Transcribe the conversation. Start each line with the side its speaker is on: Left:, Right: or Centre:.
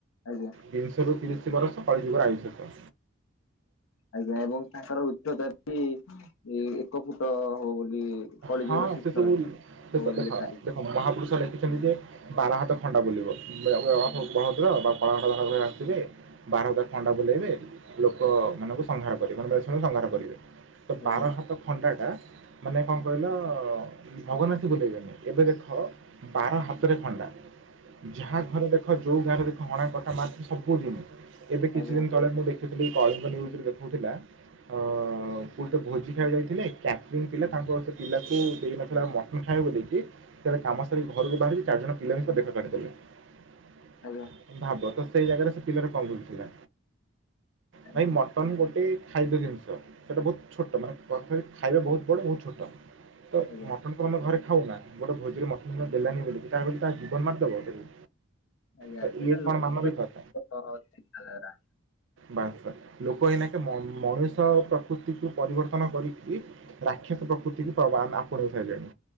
Left: ଆଜ୍ଞା।
Right: ତିନିଶରୁ ତିରିଶ- ଅଶି ବରଷ କଳିଯୁଗର ଆୟୁଷ ତ
Left: ଆଜ୍ଞା ଏବଂ ତାଙ୍କର ଉଚ୍ଚତା ବି ଏକ ଫୁଟ ହବ ବୋଲି କଳିଯୁଗର
Right: ହଁ
Left: ଶେଷରେ
Right: ସେ ସବୁ
Left: ହବ
Right: ଦେଖ
Left: ବୋଲି ଲେଖା ହେଇଛି।
Right: ଦେଖ ମହାପୁରୁଷ ଲେଖିଛନ୍ତି ଯେ ବାର ହାତ ଖଣ୍ଡା ବୁଲିବ <unintelligible> ବଳଭଦ୍ର <unintelligible>
Left: ଆଜ୍ଞା
Right: ଆସିଥିଲେ ବାର ହାତ ଖଣ୍ଡା ବୁଲେଇବେ ଲୋକ ମାନଙ୍କୁ ସଂହାର କରିବେ ମାନେ ମ୍ଳେଶ ମାନଙ୍କୁ ସଂହାର କରିବେ। ତ
Left: ଆଜ୍ଞା
Right: ବାର ହାତ ଖଣ୍ଡା ଟା ମାନେ କଣ କହିଲ ଭଗବାନ ଆସି ବୁଲେଇବେନି। ଏବେ ଦେଖ ବାର ହାତରେ ଖଣ୍ଡା ଯାହା ଘରେ ଦେଖ- ଯେଉଁ ଗାଁରେ ଦେଖ ହଣା କଟା ମାର ପିଟ ସବୁ ଦିନ ଏବେ
Left: ଆଜ୍ଞା
Right: କିଛି ଦିନ ତଳେ ମୁଁ ଦେଖି କଳିଙ୍ଗ ନିଉଜରେ ଦେଖଉଥିଲା। ହଁ ଗୋଟେ ଭୋଜି ଖାଇବାକୁ ଯାଇଥିଲେ ଚାରି ଜଣ ଥିଲେ ତାଙ୍କର ଗୋଟେ ପିଲାକୁ ଦେଇ ନଥିଲେ ମୋଟନ ଖାଇବାକୁ ଦେଇକି ଯେବେ କାମ ସାରିକି ଘରକୁ ବାହାରିବି ଚାରିଜଣ ପିଲାଙ୍କ ସହ ଦେଖା କରି ପାରିବି।
Left: ଆଜ୍ଞା
Right: ଭାବ ତ ସେଇ ଜାଗାରେ ସେ ପିଲର କଣ ଭୁଲ ଥିଲା।
Left: ଆଜ୍ଞା ଆଜ୍ଞା
Right: ଭାଇ ମଟନ ଗୋଟେ। ଖାଦ୍ୟ ଜିନିଷ ସେଇଟା ବହୁତ ଛୋଟ ମାନେ ପରଫେକ୍ଟ ଖାଇବା ବହୁତ ବଡ଼ ବହୁତ ଛୋଟ। ତ
Left: ଆଜ୍ଞା
Right: ମଟନ କୁ ଆମେ ଘରେ ଖାଉନା ଗୋଟେ ଭୋଜିର ମଟନ ଦେଲାନି ବୋଲି ତା ବୋଲି ତା ଜୀବନରେ ମାରିଦବ ତାକୁ
Left: ଆଜ୍ଞା
Right: ତ
Left: ଏଇଟା
Right: ଇଏ
Left: ଲୋକଙ୍କର
Right: କ'ଣ ମାନବିକତା
Left: <unintelligible> ଚିନ୍ତାଧାରା
Right: ବାସ ଲୋକ ଏଇନାକେ ମନ ମଣିଷ ପ୍ରକୃତିକୁ ପରିବର୍ତ୍ତନ କରିକି ରାକ୍ଷସ ପ୍ରକୃତିକୁ <unintelligible> ସାରିଲେଣି।